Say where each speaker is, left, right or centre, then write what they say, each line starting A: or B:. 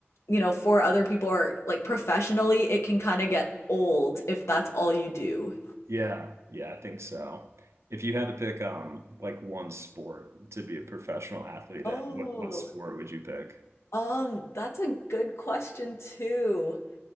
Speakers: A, on the left; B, on the right.
A: you know, for other people or like professionally, it can kind of get old if that's all you do.
B: Yeah, yeah, I think so. If you had to pick um like one sport to be a professional athlete
A: Oh,
B: in, what what sport would you pick?
A: um, that's a good question too.